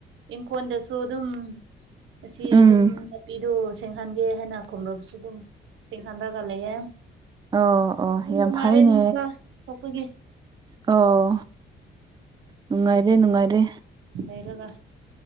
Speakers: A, on the right; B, on the right.
A: ꯏꯪꯈꫭꯟꯗꯁꯨ ꯑꯗꯨꯝ ꯑꯁꯤ
B: ꯎꯝ
A: ꯑꯗꯨꯝ ꯅꯥꯄꯤꯗꯨ ꯁꯦꯡꯍꯟꯒꯦ ꯍꯥꯏꯅ ꯈꯨꯝꯂꯕꯁꯨ ꯑꯗꯨꯝ ꯁꯦꯡꯍꯟꯔꯒ ꯂꯩꯌꯦ
B: ꯑꯣ ꯑꯣ
A: ꯌꯥꯝ ꯅꯨꯡꯉꯥꯏꯔꯦ
B: ꯐꯩꯅꯦ
A: ꯅꯨꯡꯁꯥ ꯊꯣꯛꯄꯒꯤ
B: ꯑꯣ ꯅꯨꯡꯉꯥꯏꯔꯦ ꯅꯨꯡꯉꯥꯏꯔꯦ
A: ꯂꯩꯔꯒ